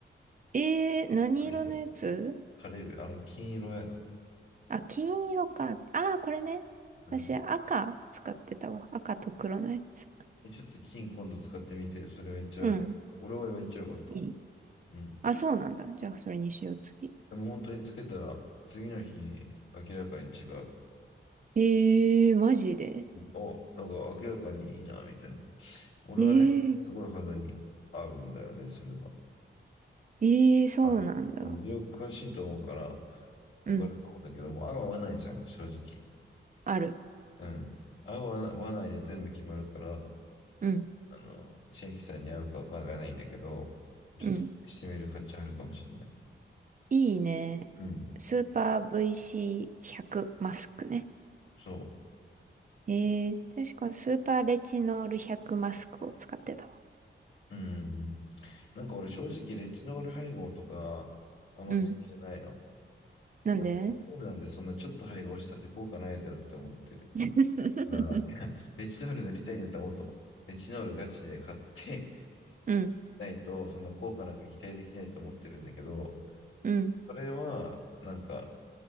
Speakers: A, on the right (about 40°); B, on the left (about 80°).
A: ええー、何色のやつ
B: よいしょ。枯れる。あの、金色やな。
A: あ、金色か。ああ、これね。
B: うん。
A: 私、赤使ってたわ。赤と黒のやつ。
B: え、ちょっと金今度使ってみて、それめっちゃよ、
A: うん。
B: 俺はめっちゃよかった。
A: いい。
B: うん。
A: あ、そうなんだ。じゃあ、それにしよう、次。
B: でも本当につけたら、次の日、明らかに違う。
A: ええー、マジで。
B: お、なんか明らかにいいな、みたいな。俺はね、
A: ええー
B: すごい肌に合うんだよね、それは。
A: ええ、そうなんだ。
B: はい。うん美容詳しいと思うから、わかると思うんだけども、
A: うん。
B: 合う合わないじゃん、正直。
A: ある。
B: うん。合う合わ合わないで全部決まるから、
A: うん。
B: あの、千秋さんに合うかわからないんだけど、ちょっと試してみる価値あるかもしれない。
A: うん。いいね。
B: うん。
A: スーパー VC100 マスクね。
B: そ
A: ええ、確かスーパーレチノール100マスクを使ってたわ。
B: う。うん。なんか俺正直、レチノール配合とか、あんま好きじゃないの。
A: うん。なんで
B: なんかレチノールなんてそんなちょっと配合したって効果ないだろうって思ってる
A: <laughs>
B: から、<laughs> いやレチノール塗りたいんだったらもっと、レチノールガチで買って
A: うん。
B: ないと、そんな効果なんか期待できないと思ってるんだけど、
A: うん。
B: それは、なんか、